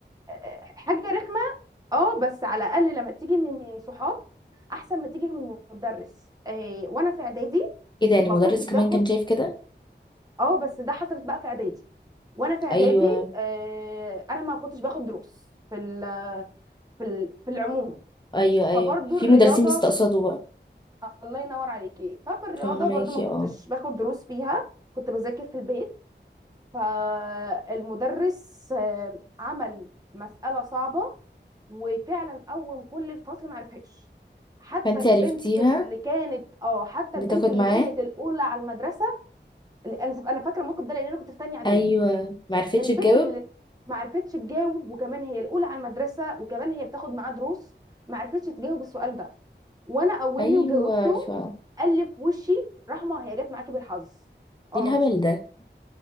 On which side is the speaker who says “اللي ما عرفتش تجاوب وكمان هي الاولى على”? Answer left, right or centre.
Right